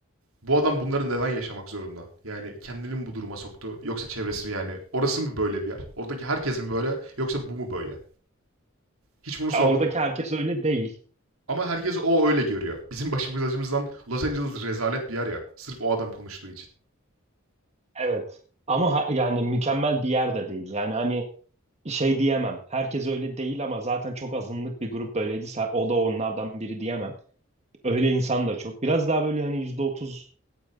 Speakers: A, on the right; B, on the right.
A: Bu adam bunları neden yaşamak zorunda? Yani kendini mi bu duruma soktu? Yoksa çevresi mi yani? Orası mı böyle bir yer? Oradaki herkes mi böyle? Yoksa bu mu böyle? Hiç bunu
B: Ya
A: sordun
B: oradaki
A: mu?
B: herkes öyle değil.
A: Ama herkes o öyle görüyor. Bizim başımız acımızdan Los Angeles rezalet bir yer ya. Sırf o adam konuştuğu için.
B: Evet. Ama ha- yani mükemmel bir yer de değil. Yani hani şey diyemem. Herkes öyle değil ama zaten çok azınlık bir grup böyleydi. Sa- O da onlardan biri diyemem. Öyle insan da çok. Biraz daha böyle hani yüzde otuz,